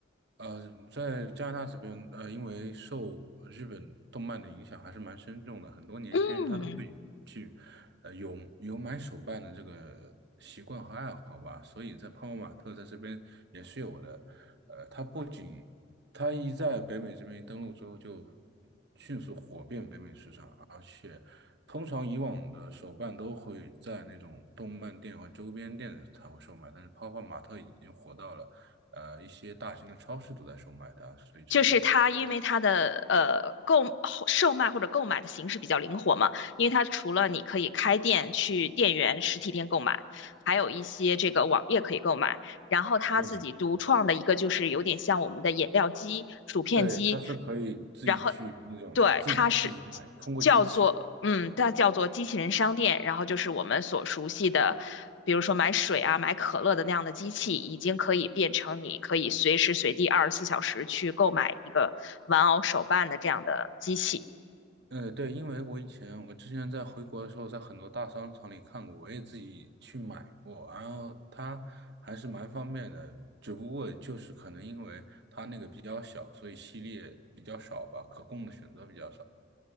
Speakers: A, on the right; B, on the left.
A: 呃，在加拿大这边，呃，因为受呃日本动漫的影响还是蛮深重的，很多年轻人他都会去，
B: 嗯，
A: 呃，有有买手办的这个习惯和爱好吧，所以在泡泡玛特在这边也是有的。呃，它不仅它一在北美这边一登陆之后就迅速火遍北美市场，而且通常以往的手办都会在那种动漫店和周边店才会售卖，但是泡泡玛特已经火到了。呃一些大型的超市都在售卖它，所以这是
B: 就是它，因为它的呃购售卖或者购买的形式比较灵活嘛，因为它除了你可以开店去店员实体店购买，还有一些这个网页可以购买。然后他自己独创的一个就是有点像我们的饮料机、
A: 对，
B: 薯片机，
A: 对，它是可以自己去那种自己自己买，
B: 然后对，它是
A: 通过机器。
B: 叫做嗯，它叫做机器人商店，然后就是我们所熟悉的，比如说买水啊、买可乐的那样的机器，已经可以变成你可以随时随地二十四小时去购买一个玩偶手办的这样的机器。
A: 呃，对，因为我以前我之前在回国的时候，在很多大商场里看过，我也自己去买过，然后它还是蛮方便的，只不过就是可能因为它那个比较小，所以系列比较少吧，可供的选择比较少。